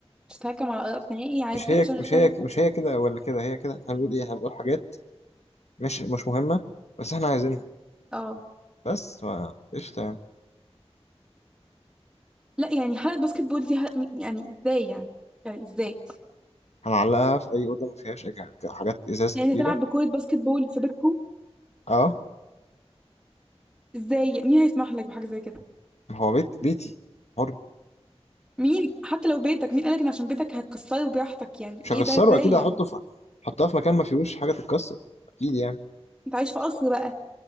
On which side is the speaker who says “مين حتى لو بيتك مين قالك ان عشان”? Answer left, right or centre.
Centre